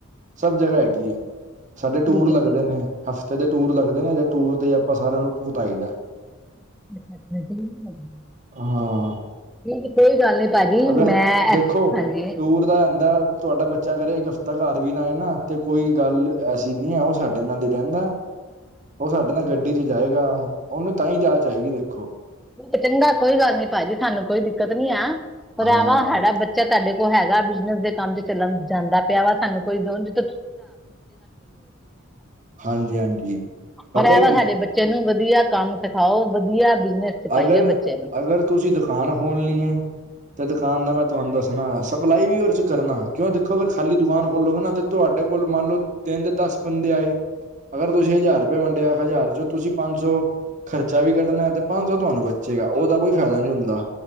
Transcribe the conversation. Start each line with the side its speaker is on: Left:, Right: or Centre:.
Right: ਸਭ ਜਗ੍ਹਾ ਹੈਗੀ ਏ। ਸਾਡੇ ਟੂਰ
Centre: ਠੀਕ ਹੈ
Right: ਲੱਗਦੇ
Centre: ਠੀਕ
Right: ਨੇ, ਹਫ਼ਤੇ ਦੇ ਟੂਰ ਲੱਗਦੇ ਨੇ, ਇਹਦੇ ਟੂਰ ਤੇ ਆਪਾਂ ਸਾਰਿਆਂ ਨੂੰ ਭੁਗਤਾਈ ਦਾ।
Centre: ਛਾ 'ਚ <unintelligible>
Right: ਹਾਂ
Centre: <unintelligible> ਕੋਈ ਗੱਲ ਨਹੀਂ ਭਾਜੀ,
Right: ਅਗਰ
Centre: ਮੈਂ,
Right: ਦੇਖੋ
Centre: ਹਾਂਜੀ
Right: ਟੂਰ ਦਾ ਐ ਹੁੰਦਾ ਤੁਹਾਡਾ ਬੱਚਾ ਕਰੇ, ਇੱਕ ਹਫ਼ਤਾ ਘਰ ਵੀ ਨਾ ਆਏ ਨਾ, ਤੇ ਕੋਈ ਗੱਲ ਅਸੀ ਨੀ ਹੈ, ਉਹ ਸਾਡੇ ਨਾਲ ਹੀ ਰਹਿੰਦਾ, ਉਹ ਸਾਡੇ
Centre: ਹਾਂਜੀ
Right: ਨਾਲ ਗੱਡੀ 'ਚ ਜਾਏਗਾ। ਉਹਨੂੰ ਤਾਂ ਹੀ ਜਾਚ ਆਏਗੀ, ਦੇਖੋ।
Centre: ਓਹ ਤੇ ਚੰਗਾ ਕੋਈ ਗੱਲ ਨੀ ਭਾਜੀ, ਸਾਨੂੰ ਕੋਈ ਦਿੱਕਤ ਨੀ ਆ, ਪਰ
Right: ਹਾਂ,
Centre: ਆਵਾ ਸਾਡਾ ਬੱਚ ਚਾ ਤੁਹਾਡੇ ਕੋਲ ਹੈਗਾ, ਬਿਜਨਸ ਦੇ ਕੰਮ 'ਚ ਚੱਲਣ ਜਾਂਦਾ ਪਿਆ ਵਾ, ਸਾਨੂੰ ਕੋਈ <unintelligible> <unintelligible> ਲੋੜ ਨੀ ਏ <unintelligible>
Right: ਹਾਂਜੀ-ਹਾਂਜੀ, ਪਤਾ
Centre: ਪਰ ਇਹ ਵ,
Right: ਕੀ
Centre: ਸਾਡੇ ਬੱਚੇ ਨੂੰ ਵਧੀਆ ਕੰਮ ਸਿਖਾਓ, ਵਧੀਆ ਬਿਜਨਸ ਚ ਪਾਈਏ
Right: ਅਗਰ,
Centre: ਬੱਚੇ ਨੂੰ
Right: ਅਗਰ ਤੁਸੀਂ ਦੁਕਾਨ ਖੋਲਣੀ ਹੈ ਤੇ ਦੁਕਾਨ ਦਾ ਮੈਂ ਤੁਹਾਨੂੰ ਦੱਸਣਾ, ਸਪਲਾਈ ਵੀ ਉਹਦੇ 'ਚ ਕਰਨਾ, ਕਿਉਂ ਦੇਖੋ ਅਗਰ ਖਾਲੀ ਦੁਕਾਨ ਖੋਲੋਗੇ ਨਾ ਤੇ ਤੁਹਾਡੇ ਕੋਲ ਮੰਨ ਲਓ, ਦਿਨ ਦੇ ਦਸ ਬੰਦੇ ਆਏ ਅਗਰ ਤੁਸੀਂ ਹਜ਼ਾਰ ਰੁਪਏ ਵੰਡਿਆ, ਹਜ਼ਾਰ 'ਚ ਤੁਸੀਂ ਪੰਜ ਸੌ ਖਰਚਾ ਵੀ ਕੱਢਣਾਏ ਤੇ ਪੰਜ ਸੌ ਤੁਹਾਨੂੰ ਬੱਚੇਗਾ, ਉਹਦਾ ਕੋਈ ਫਾਇਦਾ ਨੀ ਹੁੰਦਾ।